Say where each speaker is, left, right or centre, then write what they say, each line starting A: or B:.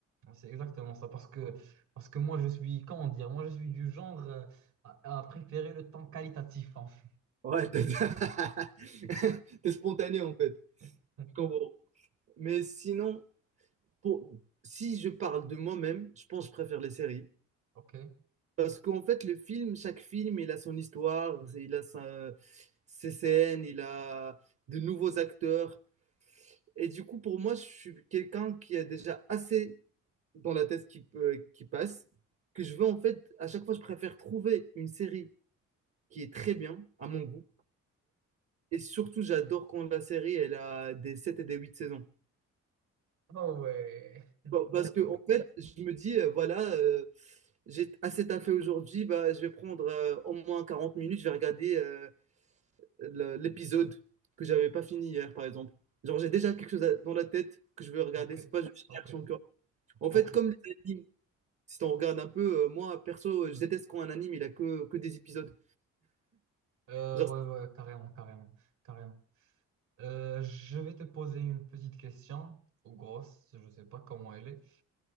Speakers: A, on the right; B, on the right.
A: c'est exactement ça. Parce que, parce que moi, je suis, comment dire, moi, je suis du genre, euh, à, à préférer le temps qualitatif, en fait.
B: Ouais, t'as- <laughs> T'es spontané, en fait.
A: <laughs>
B: je comprends. Mais sinon, pour... si je parle de moi-même, je pense que je préfère les séries.
A: Ok?
B: Parce qu'en fait, le film, chaque film, il a son histoire, il a sa- ses scènes, il a de nouveaux acteurs. Et du coup, pour moi, je suis quelqu'un qui a déjà assez dans la tête qui, peut- qui passe, que je veux en fait, à chaque fois, je préfère trouver une série qui est très bien, à mon goût. Et surtout, j'adore quand la série, elle a des 7 et des 8 saisons.
A: Ah ouais, <laughs>
B: Pa-
A: d'accord.
B: Parce que, en fait, je me dis, euh, voilà, euh, j'ai assez taffé aujourd'hui, bah, je vais prendre euh, au moins 40 minutes, je vais regarder euh, le- l'épisode que j'avais pas fini hier, par exemple. Genre, j'ai déjà quelque chose à- dans la tête que je veux regarder,
A: Ok,
B: c'est pas je
A: ok,
B: cherche encore. En
A: ok.
B: fait, comme les animes, Si on regarde un peu, euh, moi, perso, je déteste quand un anime, il a que, que des épisodes.
A: Euh,
B: Genre,
A: ouais, ouais, carrément, carrément, carrément. Euh, je vais te poser une petite question, ou grosse, je sais pas comment elle est.